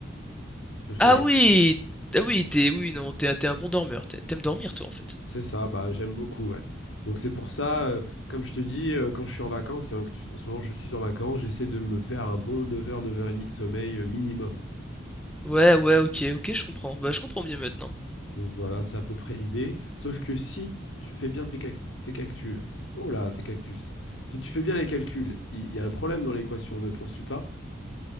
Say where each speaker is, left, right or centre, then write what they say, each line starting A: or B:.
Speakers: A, on the left; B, in the centre.
A: de sommeil.
B: Ah oui, ah oui, t'es oui non, t'es t'es un bon dormeur. T'a- T'aimes dormir toi en fait.
A: C'est ça, bah, j'aime beaucoup, ouais. Donc c'est pour ça, euh, comme je te dis, euh, quand je suis en vacances, et en, en ce moment je suis en vacances, j'essaie de me faire un bon 9h, 9h30 de sommeil euh, minimum.
B: Ouais, ouais, OK, OK, je comprends. Bah je comprends bien maintenant.
A: Donc voilà, c'est à peu près l'idée. Sauf que si tu fais bien tes, cac- tes cactus, oh là, tes cactus, si tu fais bien les calculs, il il y a un problème dans l'équation, ne penses-tu pas?